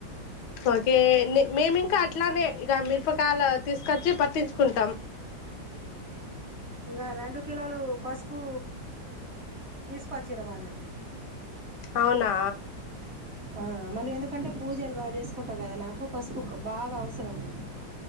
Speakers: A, on the left; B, on the right.
A: ఓకే లె మేం ఇంకా అట్లనే ఇగ మిరపకాయల్ తీస్కచ్చి పట్టించుకుంటాం.
B: ఇగ రెండు కిలోలు పసుపు తీస్కొచ్చినం అన్నట్టు.
A: అవునా
B: ఆ మళ్ళీ ఎందుకంటే పూజలు బాగా చేస్కుంటా కదా నాకు పసుపు బాగా అవసరము.